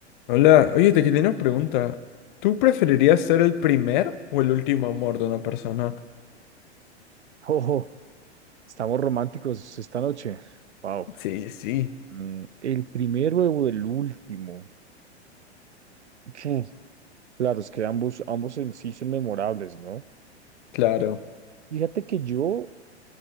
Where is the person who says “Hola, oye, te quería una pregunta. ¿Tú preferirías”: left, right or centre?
Left